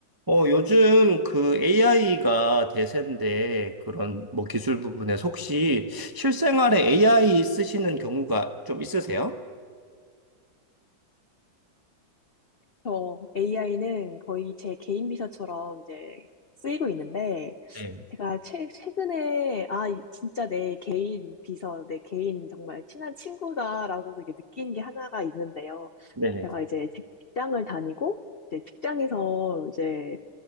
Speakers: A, on the right; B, on the left.
A: 어, 요즘 그 AI가 대세인데 그런 뭐 기술 부분에서 혹시 실생활에 AI 쓰시는 경우가 좀 있으세요?
B: 저 AI는 거의 제 개인 비서처럼 이제 쓰이고 있는데,
A: 네.
B: 제가 최, 최근에, 아, 이- 진짜 내 개인 비서, 내 개인 정말 친한 친구다라고 이제 느낀 게 하나가 있는데요.
A: 네네.
B: 제가 이제 직장을 다니고, 이제 직장에서 이제